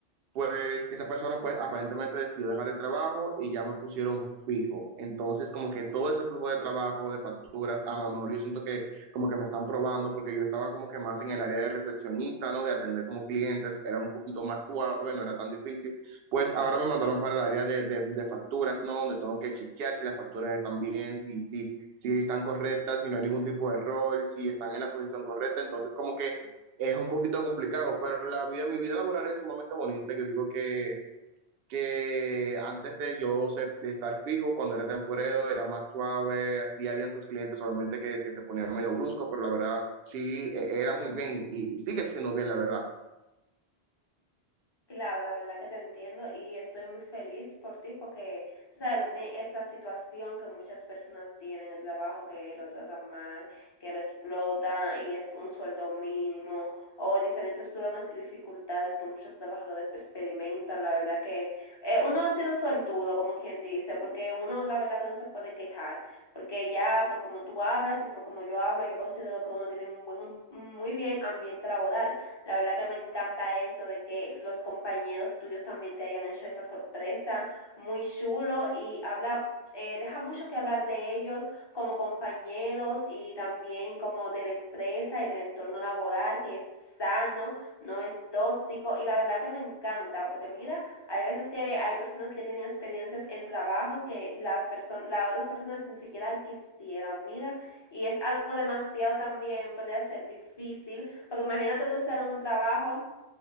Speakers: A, on the right (about 65°); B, on the left (about 25°).
A: pues esa persona pues aparentemente decidió dejar el trabajo y ya me pusieron fijo. Entonces como que todo ese flujo de trabajo, de facturas, a lo mejor yo siento que como que me están probando porque yo estaba como que más en el área de recepcionista, ¿no? De atender como clientes, era un poquito más suave, no era tan difícil. Pues ahora me mandaron para el área de, de, de facturas, ¿no? Donde tengo que chequear si las facturas están bien, si, si, si están correctas, si no hay ningún tipo de error, si están en la posición correcta. Entonces como que es un poquito complicado, pero la vida, mi vida laboral es sumamente bonita. Yo digo que, que antes de yo ser, de estar fijo, cuando era temporero, era más suave, así habían sus clientes, obviamente que, que se ponían medio brusco, pero la verdad sí, e- era muy bien y, y sigue siendo bien, la verdad.
B: Claro, la verdad que te entiendo y estoy muy feliz por ti porque, tú sabes, no tiene esa situación que muchas personas tienen en el trabajo, que lo tratan mal, que lo explotan y es un sueldo mínimo o diferentes problemas y dificultades que muchos trabajadores experimentan. La verdad que eh, uno ha sido suertudo, como quien dice, porque uno la verdad que no se puede quejar, porque ya por como tú hablas y por como yo hablo, yo considero que uno tiene un buen, un muy bien ambiente laboral la verdad que me encanta eso de que los compañeros tuyos también te hayan hecho esa sorpresa, muy chulo y habla eh, deja mucho que hablar de ellos como compañeros y también como de la empresa y del entorno laboral que es sano, no es tóxico y la verdad que me encanta porque mira, hay veces que hay personas que tienen experiencias en trabajos que las personas, las otras personas ni siquiera quisieran, mira, y es algo demasiado también, podría ser difícil porque imagínate tú estar en un trabajo